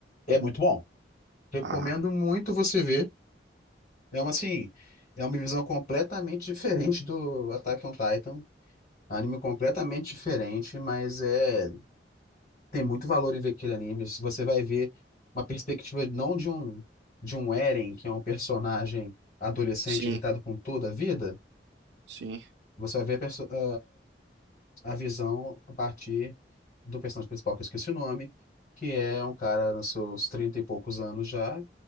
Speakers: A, on the left; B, on the right.
A: É muito bom. Recomendo
B: Ah,
A: muito você ver. É uma assim. É uma visão completamente diferente do Attack on Titan. Anime completamente diferente, mas é. tem muito valor em ver aquele anime. Se Você vai ver uma perspectiva não de um de um Eren, que é um personagem adolescente
B: sim,
A: irritado com toda a vida,
B: sim,
A: você vai ver a, perso- a a visão a partir do personagem principal, que eu esqueci o nome, que é um cara nos seus 30 e poucos anos já,